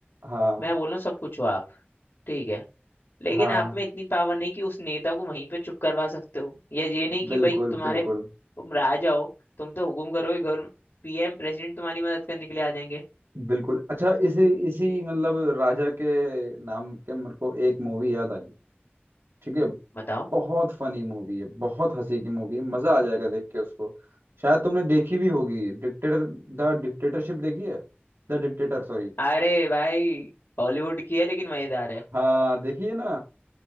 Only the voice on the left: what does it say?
मैं बोल रहा हूँ सब कुछ हो आप ठीक है लेकिन
आप में इतनी पावर नहीं कि उस नेता को वहीं पे चुप करवा सकते हो या ये नहीं कि
भाई तुम्हारे
तुम राजा हो तुम तो हुकुम करोगे गवर्न पीएम प्रेसिडेंट तुम्हारी मदद करने के लिए आ जाएंगे
बताओ
अरे भाई हॉलीवुड की है लेकिन मजेदार है